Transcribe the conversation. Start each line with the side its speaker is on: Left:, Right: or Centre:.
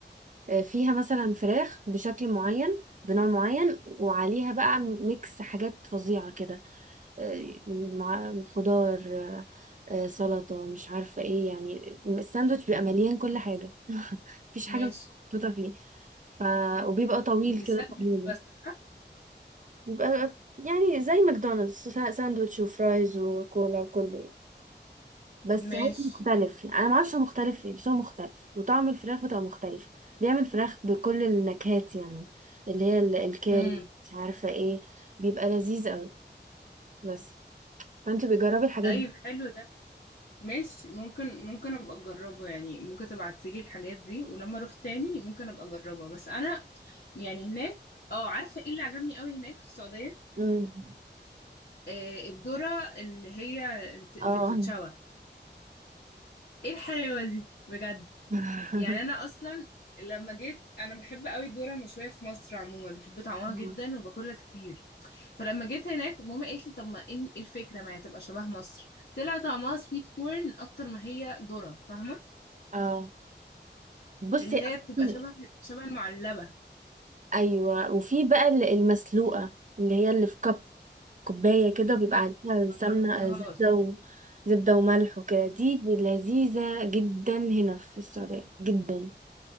Right: آه، فيها مثلا فراخ بشكل معين بنوع معين وعليها بقى ميكس حاجات فظيعة كده آه، مع خضار آه، آه، سلطة مش عارفة ايه يعني الساندوتش بيبقى مليان كل حاجة مفيش حاجة
Left: ماشي
Right: محطوطة فيه ف... وبيبقى طويل
Left: دي
Right: كده
Left: ساندوتش
Right: طويل
Left: بس صح
Right: بيبقى يعني زي ماكدونالدس ساندوتش وفرايز وكولا وكله بس
Left: ماشي
Right: هو مختلف يعني انا ما اعرفش هو مختلف ايه بس هو مختلف وطعم الفراخ بتبقى مختلف بيعمل فراخ بكل النكهات يعني اللي هي ال- الكاري
Left: امم
Right: مش عارفه ايه بيبقى لذيذ قوي بس فانت بتجربي الحاجات
Left: طيب
Right: دي
Left: حلو ده ماشي ممكن ممكن ابقى اجربه يعني ممكن تبعتيلي الحاجات دي ولما اروح تاني ممكن ابقى اجربها بس انا يعني هناك اه عارفه ايه اللي عجبني قوي هناك في السعوديه
Right: امم
Left: آه الذره اللي هي الت- اللي
Right: اه
Left: بتتشوى ايه الحلاوه دي بجد
Right: <laughs>
Left: يعني انا اصلا لما جيت انا بحب قوي الذره المشويه في مصر عموما بحب طعمها
Right: أمم.
Left: جدا وباكلها كتير فلما جيت هناك ماما قالت لي طب ما ايه الفكره ما هي تبقى شبه مصر طلع طعمها سويت كورن اكتر ما هي ذره فاهمه
Right: اه بصي
Left: اللي هي
Right: اصلا
Left: بتبقى شبه شبه المعلبة
Right: ايوه وفي بقى ال- المسلوقه اللي هي اللي في كب كوباية كده وبيبقى
Left: لا
Right: عليها
Left: ما
Right: سمنة
Left: جربتهاش
Right: آه، زبدة و... زبدة وملح وكده دي لذيذة جدا هنا في السعودية جدا